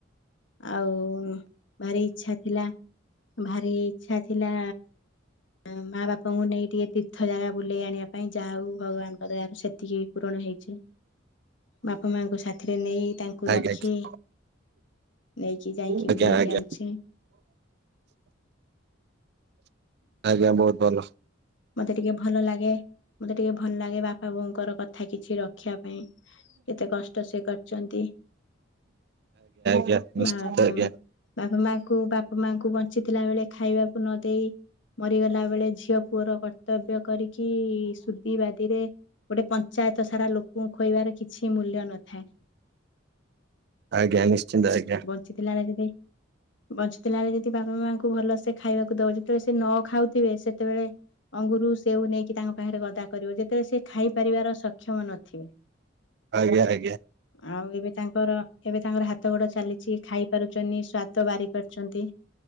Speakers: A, on the left (about 70°); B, on the right (about 55°).
A: ଆଉ ଭାରି ଇଚ୍ଛା ଥିଲା ଭାରି ଇଚ୍ଛା ଥିଲା ଆ ମା ବାପାଙ୍କୁ ନେଇ ଟିକେ ତୀର୍ଥ ଜାଗା ବୁଲେଇ ଆଣିବା ପାଇଁ ଯାହା ହଉ ଭଗବାନଙ୍କ ଦୟାରୁ ସେତିକି ପୂରଣ ହେଇଚି। ବାପା ମାଆଙ୍କୁ ସାଥିରେ ନେଇ ତାଙ୍କୁ ରଖି
B: ଆଜ୍ଞା ଆଜ୍ଞା
A: ନେଇକି ଯାଇକି
B: ଆଜ୍ଞା
A: ବୁଲେଇକି
B: ଆଜ୍ଞା
A: ଆଣଚି।
B: ଆଜ୍ଞା ବହୁତ ଭଲ।
A: ମତେ ଟିକେ ଭଲ ଲାଗେ ମତେ ଟିକେ ଭଲ ଲାଗେ ବାପା ବୋଉଙ୍କର କଥା କିଛି ରଖିବା ପାଇଁ। କେତେ କଷ୍ଟ ସେ କରଚନ୍ତି
B: ଆଜ୍ଞା ନିଶ୍ଚିନ୍ତ
A: ମା ବାପା
B: ଆଜ୍ଞା
A: ବାପା ମାଙ୍କୁ ବାପା ମାଙ୍କୁ ବଞ୍ଚିଥିଲା ବେଳେ ଖାଇବାକୁ ନ ଦେଇ ମରିଗଲା ବେଳେ ଝିଅ ପୁଅର କର୍ତ୍ତବ୍ୟ କରିକି ସୁଦ ବାଦିରେ ଗୋଟେ ପଞ୍ଚାୟତ ସାରା ଲୋକଙ୍କୁ ଖୁଇବାର କିଛି ମୂଲ୍ୟ ନଥାଏ।
B: ଆଜ୍ଞା ନିଶ୍ଚିନ୍ତ ଆଜ୍ଞା।
A: ବଞ୍ଚିଥିଲାଳେ ଯଦି ବଞ୍ଚିଥିଲାବେଳେ ଯଦି ବାପା ମାଙ୍କୁ ଭଲ ସେ ଖାଇବାକୁ ଦଉଛି ବେଳେ ସେ ନ ଖାଉଥିବେ ସେତେବେଳେ ଅଙ୍ଗୁର ସେଉ ନେଇକି ତାଙ୍କ ପାଖରେ ଗଦା କରିବ ଯେତେବେଳେ ସେ ଖାଇପାରିବାର ସକ୍ଷମ ନଥିବେ।
B: ଆଜ୍ଞା ଆଜ୍ଞା।
A: ଆଉ ଏବେ ତାଙ୍କର ଏବେ ତାଙ୍କର ହାତ ଗୋଡ ଚାଲିଛି ଖାଇ ପାରୁଛନ୍ତି, ସାତ ବାରି କରିଛନ୍ତି